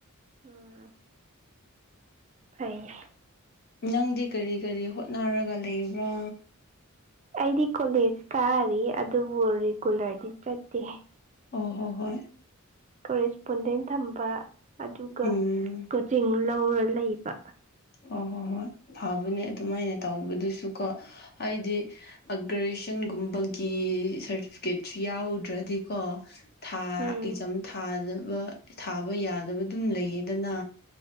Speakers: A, on the right; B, on the left.
A: ꯎꯝ ꯐꯩ
B: ꯅꯪꯗꯤ ꯀꯔꯤ ꯀꯔꯤ ꯍꯣꯠꯅꯔꯒ ꯂꯩꯕ꯭ꯔꯥ
A: ꯑꯩꯗꯤ ꯀꯣꯂꯦꯖ ꯀꯥꯔꯤ ꯑꯗꯨꯕꯨ ꯍꯧꯖꯤꯛ ꯀꯣꯂꯦꯖꯇꯤ ꯆꯠꯇꯦ
B: ꯍꯣꯢ ꯍꯣꯏ
A: ꯀꯔꯤꯁꯄꯣꯟꯗꯦꯟ ꯊꯝꯕ ꯑꯗꯨꯒ
B: ꯎꯝ
A: ꯀꯣꯆꯤꯡ ꯂꯧꯔ ꯂꯩꯕ
B: ꯑꯣ ꯍꯣꯏ ꯍꯣꯏ ꯐꯕꯅꯦ ꯑꯗꯨꯃꯥꯏꯅ ꯇꯧꯕꯗꯨꯁꯨꯀꯣ ꯍꯥꯏꯗꯤ ꯑꯒ꯭ꯔꯦꯖꯦꯁꯟꯒꯨꯝꯕꯒꯤ ꯁꯥꯔꯇꯤꯐꯤꯀꯦꯠꯁꯨ ꯌꯥꯎꯗ꯭ꯔꯗꯤꯀꯣ ꯑꯦꯛꯖꯥꯝ
A: ꯎꯝ
B: ꯊꯥꯗꯕ ꯊꯥꯕ ꯌꯥꯗꯕ ꯑꯗꯨꯝ ꯂꯩꯌꯦꯗꯅ